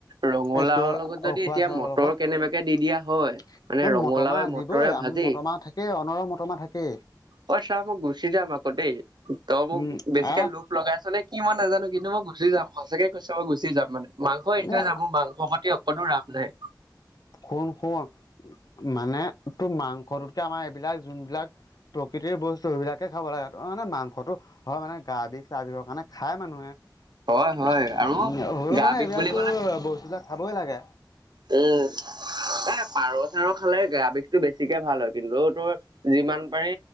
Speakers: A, on the right; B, on the left.
A: ৰঙালাওৰ
B: এই তোৰ
A: লগত যদি
B: উখোৱা
A: এতিয়া
B: চাউলৰ
A: মটৰ
B: লগত,
A: কেনেবাকে দি দিয়া হয় মানে
B: এ
A: ৰঙালাওে
B: মটৰমাহ
A: মটৰে
B: দিবই
A: ভাজি
B: আম মটৰ মাহ - থাকেই অনৰহ মতমাহ থাকেই।
A: অ চা মই গুচি যাম আকৌ দেই ত মোক
B: উম
A: বেছিকে
B: আহ
A: লোভ- লগাইছ নে কি মই নাজানো কিন্তু মই গুচি যাম সঁচাকে - কৈ গুচি যাম মানে, মাংস এৰিথৈ
B: এ
A: যামো মাংস প্ৰতি অকনো ৰাপ নাই।
B: শুন শুন, মানে তো মাংসটোতকে আমাৰ এইবিলাক যোনবিলাক - প্ৰকৃতিৰ বস্তু সেইবিলাকে খাব লাগে। মানে মাংসটো- হয় মানে গা বিষ চাহ বিষৰ কাৰণে খাই মানুহে -
A: হয় হয়
B: উ
A: আৰু
B: সৰু
A: গা
B: মানে
A: বিষ
B: এইবিলাকতো
A: বুলি
B: বস্তুবিলাক খাবই লাগে।
A: উ এ পাৰ চাৰ খালে গা বিষটো বেছিকে ভাল হয়, কিন্তু তোৰ যিমান পাৰি